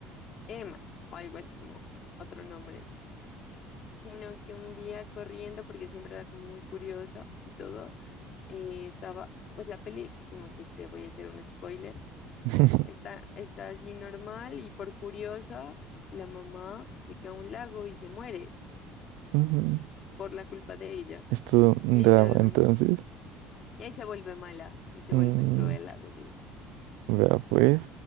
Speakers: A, on the left; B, on the right.
A: Emma o algo así como otro nombre, sino que un día corriendo, porque siempre era como muy curiosa y todo, eh, estaba, pues la peli, como que te voy a hacer un spoiler,
B: <laughs>
A: está, está así normal y por curiosa, la mamá se cae a un lago y se muere.
B: Ujú.
A: por la culpa de ella,
B: Es todo un
A: literalmente.
B: drama, entonces.
A: Y ahí se vuelve mala y se
B: Mm,
A: vuelve cruela, débil.
B: vea, pues.